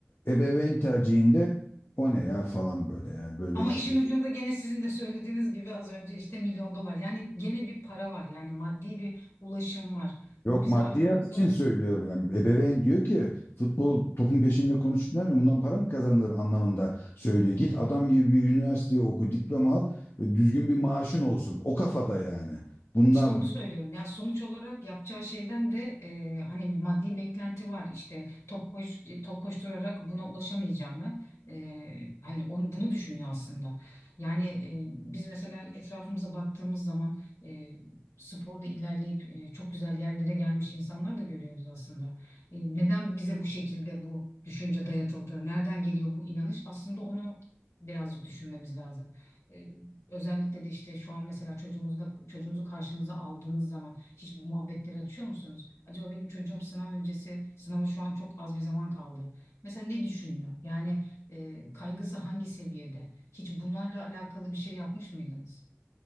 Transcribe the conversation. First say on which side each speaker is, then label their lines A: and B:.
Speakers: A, on the left (about 50°); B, on the left (about 80°).
A: ebeveyn tercihinde o ne ya falan böyle yani böyle
B: Ama
A: iş
B: işin
A: mi
B: ucunda gene sizin de söylediğiniz gibi az önce işte milyon dolar. Yani gene bir para var. Yani maddi bir ulaşım var.
A: Yok
B: Bu bize
A: maddiyat
B: aslında
A: için söylüyor. Yani ebeveyn diyor ki futbol topun peşinde konuşup ne bileyim bundan para mı kazanılır anlamında söylüyor. Git adam gibi bir üniversiteye oku, diploma al, e, düzgün bir maaşın olsun. O kafada yani. Bundan
B: İşte onu söylüyorum. Yani sonuç olarak yapacağı şeyden de e, hani bir maddi beklenti var. İşte top koş e, top koşturarak buna ulaşamayacağını e, hani onu bunu düşünüyor aslında. Yani e, biz mesela etrafımıza baktığımız zaman e, sporda ilerleyip e, çok güzel yerlere gelmiş insanlar da görüyoruz aslında. E, neden bize bu şekilde bu düşünce dayatıldı? Nereden geliyor bu inanış? Aslında onu birazcık düşünmemiz lazım. E, Özellikle de işte şu an mesela çocuğunuzda çocuğunuzu karşınıza aldığınız zaman hiç bu muhabbetleri açıyor musunuz? Acaba benim çocuğum sınav öncesi, sınava şu an çok az bir zaman kaldı. Mesela ne düşünüyor? Yani e, kaygısı hangi seviyede? Hiç bunlarla alakalı bir şey yapmış mıydınız?